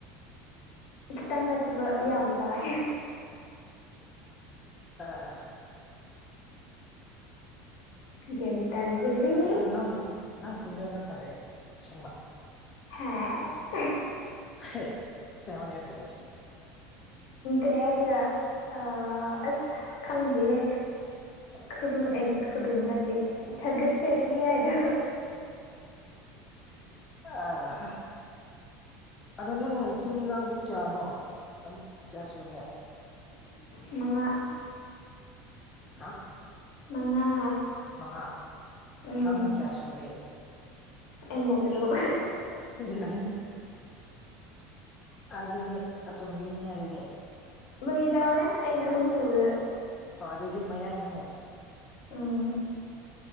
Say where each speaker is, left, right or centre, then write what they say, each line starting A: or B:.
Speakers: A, on the left (about 75°); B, on the left (about 25°).
A: ꯈꯤꯇꯪ ꯅꯠꯇꯕ ꯌꯥꯝ ꯇꯥꯏ
B: ꯑꯥ
A: <unintelligible>
B: ꯑꯗꯣ ꯅꯪ ꯅꯪ ꯈꯨꯟꯖꯦꯜꯗ ꯐꯖꯩꯌꯦ ꯁꯦꯡꯕ
A: ꯍꯥ
B: ꯍꯥ ꯁꯦꯕꯅꯤ ꯐꯁꯦ
A: ꯍꯥꯏꯁꯤꯗ ꯑ ꯑꯁ ꯈꯪꯗꯦꯌꯦ ꯈꯨꯔꯨꯝ ꯑꯦ ꯈꯨꯔꯨꯝ ꯅꯠꯇꯦ ꯊꯥꯒꯠꯆꯔꯤ ꯍꯥꯏꯗꯣ
B: ꯑꯥꯍ ꯑꯗꯣ ꯅꯪ ꯏꯆꯤꯅꯥꯗꯤ ꯀꯌꯥꯅꯣ ꯀꯌꯥ ꯁꯨꯒꯦ
A: ꯃꯉꯥ
B: ꯍꯥ
A: ꯃꯉꯥ
B: ꯃꯉꯥ
A: ꯎꯝ
B: ꯅꯪꯅ ꯀꯌꯥ ꯁꯨꯕꯤ
A: ꯑꯩꯅ ꯇꯔꯨꯛ
B: ꯅꯪ ꯑꯗꯨꯗꯤ ꯑꯇꯨꯝꯕꯤꯅꯤꯅꯦ ꯑꯗꯨꯗꯤ
A: ꯒꯤ ꯇꯎꯅꯦ ꯑꯩꯅ ꯑꯍꯨꯝ ꯁꯨꯕꯗ
B: ꯑ ꯑꯗꯨꯗꯤ ꯃꯌꯥꯏꯅꯤꯅꯦ
A: ꯎꯝ